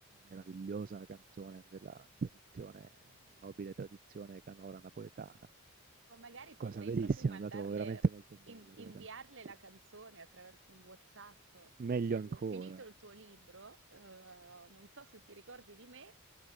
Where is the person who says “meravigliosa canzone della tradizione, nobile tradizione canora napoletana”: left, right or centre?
Right